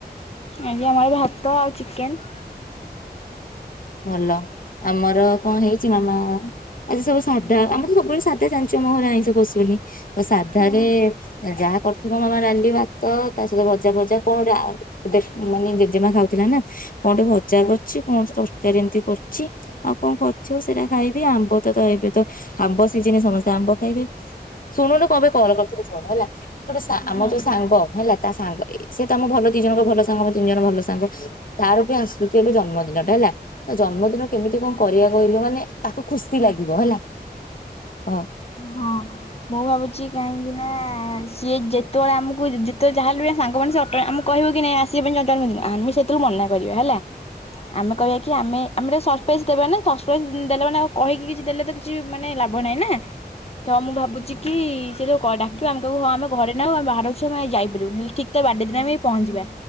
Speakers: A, on the left; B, on the left.
A: ଆଜ୍ଞା ଆମର ଭାତ ଆଉ ଚିକେନ୍
B: ଭଲ ଆମର କଣ ହେଇଛି ମାମା ଆଜି ସବୁ ସାଧା ଆମର ତ ସାଧା ଜାଣିଛ ଆମଘରେ ଆଇଁଷ ପସୁନି ତ ସାଧାାରେ
A: ହଁ
B: ଯାହା କରୁଥିବ ମୁଁ ଆମେ ରାଡଲିି ଭାତ ତା ସହିତ ଭଜା ଭଜା କଣ ଗୋଟେ ଆଉ ମାନେ ଜେଜେମା ଖାଉଥିଲା ନା କଣ ଟିକେ ଭଜା କରଛି କଣ ମତି କରୁଛି ଆଉ କଣ କରୁଥିବ ସେଇଟା ଖାଇବି ଆମ୍ବ ତ ତ ଏବେ ତ ଆମ୍ବ ସିିଜିନ ସମସ୍ତେ ଆମ୍ବ ଶୁଣୁନୁ କଣ ପାଇଁ କଲ କରିଥିଲି ଶୁଣେ ହେଲା ଗୋଟେ ଆମ
A: ହଁ।
B: ଯୋଉ ସାଙ୍ଗ ହେଲା ତା ସାଙ୍ଗ ଏ ସେ ତମ ଭଲ ଦି ଜଣଙ୍କ ଭଲ ସାଙ୍ଗ ଆମେ ତିନି ଜଣ ଭଲ ସାଙ୍ଗ ତାର ବି ଆସୁଛି ଏବେ ଜନ୍ମଦିନଟା ହେଲା ତା ଜନ୍ମଦିନ କେମିତି କଣ କରିବା କହିଲୁ ମାନେ ତାକୁ ଖୁସି ଲାଗିବ ହେଲା ହଁ।
A: ହଁ। ମୁଁ ଭାବୁଛି କାହିଁକି ନା ସିଏ ଯେତେବେଳେ ଆମକୁ ଯେତେବେଳେ ଯାହା ହେଲେ ବି ସାଙ୍ଗମାନେ ସେ ଅଟ ଆମ କହିବ କି ନାଇଁ ଆସିବା ପାଇଁ ଜଟ ଦିନ ଆମେ ସେଥିରୁ ମନା କରିବା ହେଲା ଆମେ କହିବା କି ଆମେ ଆମେ ସରପ୍ରାଇଜ ଦେବା ନା ସରପ୍ରାଇଜ ଦେଲେ ମାନେ କହିକି କିଛି ଦେଲେ ତ କିଛି ମାନେ ଲାଭ ନାଇଁ ନା ତ ମୁଁ ଭାବୁଛି କି ସେ ଡାକିବ ଆମେ କହିବୁ ହଁ ଆମ ଘରେ ନାହୁ ଆମ ବାହାରାରୁ ଅଛୁ ଆମେ ଯାଇପାରିବୁନୁ ହେଲେ ଠିକ ତା ବାଡେଦିନ ଆମେ ପହଞ୍ଚିବା